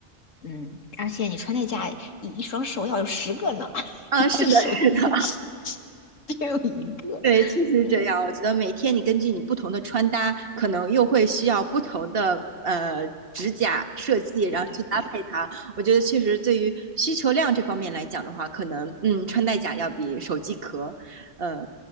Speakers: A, on the left; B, on the right.
A: 嗯，而且你穿戴甲一一双手要有十个呢，<laughs>
B: 啊，是的，
A: 手机只
B: 是的，
A: 只有一个。
B: 对，确实是这样。
A: 嗯，
B: 我觉得每天你根据你不同的穿搭，可能又会需要不同的呃指甲设计，然后去搭配它。
A: 对对对，
B: 我觉得确实对于需求量这方面来讲的话，可能嗯穿戴甲要比手机壳呃